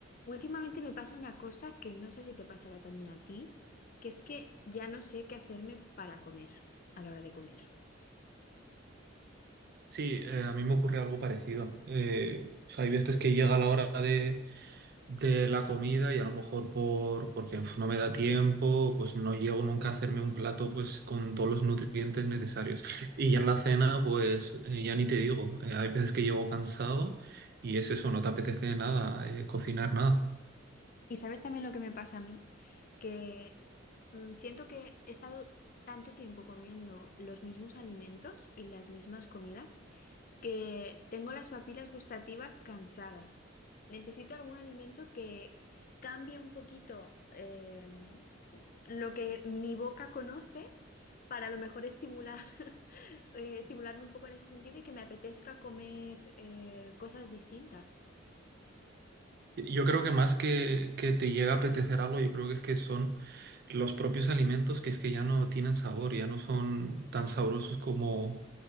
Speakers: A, on the left; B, on the right.
A: Últimamente me pasa una cosa que no sé si te pasará también a ti, que es que ya no sé qué hacerme para comer a la hora de comer.
B: Sí, eh, a mí me ocurre algo parecido. Eh, o sea, hay veces que llega la hora de, de la comida y a lo mejor por, porque uf, no me da tiempo, pues no llego nunca a hacerme un plato pues con todos los nutrientes necesarios. Y ya en la cena, pues eh, ya ni te digo. Eh, hay veces que llego cansado y es eso, no te apetece nada, eh, cocinar nada.
A: Y sabes también lo que me pasa a mí, que mm, siento que he estado tanto tiempo comiendo los mismos alimentos y las mismas comidas que tengo las papilas gustativas cansadas. Necesito algún alimento que cambie un poquito em, lo que mi boca conoce para a lo mejor estimular, <laughs> eh, estimularme un poco en ese sentido y que me apetezca comer eh, cosas distintas.
B: Yo creo que más que, que te llega a apetecer algo, yo creo que es que son los propios alimentos que es que ya no tienen sabor, ya no son tan sabrosos como